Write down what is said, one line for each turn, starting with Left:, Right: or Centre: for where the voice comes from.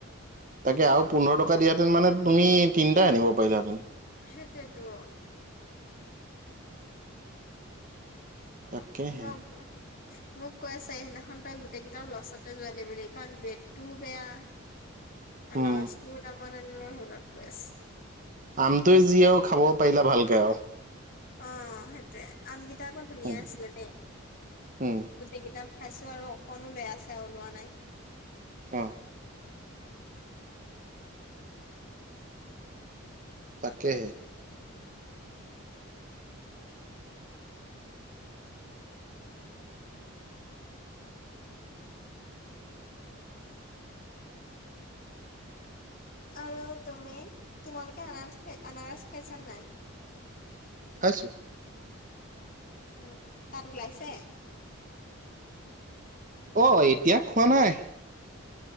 Right: তাকে আৰু পোন্ধৰ টকা দিয়াহেঁতেন মানে তুমি তিনটা আনিব পাৰিলাহেঁতেন।
Left: সেইটোৱেটো।
Right: তাকেহে
Left: <unintelligible> মোক কৈ আছে সেইদিনাখন তই গোটেইকেইটা লছতে যোৱালি বুলি কাৰণ ব্ৰেডটোও বেয়া। অনাৰষ্টোৰ
Right: উম
Left: দামত আনিলে সেইবিলাক কৈ আছে।
Right: আমটোৱে যি আৰু খাব পাৰিলে ভালকে আৰু।
Left: অ সেইটোৱে আমগিতা আকৌ ধুনীয়া
Right: উম
Left: আছিলে দেই।
Right: উম,
Left: গোটেইকিতা খাইছো আৰু অকনো বেয়া চেয়া ওলোৱা নাই।
Right: অ। তাকেহে।
Left: আৰু তুমি তোমালোকে আনাৰস খাই আনাৰস খাইছা নাই?
Right: খাইছোঁ।
Left: উ তাত ওলাইছে?
Right: অ এতিয়া খোৱা নাই।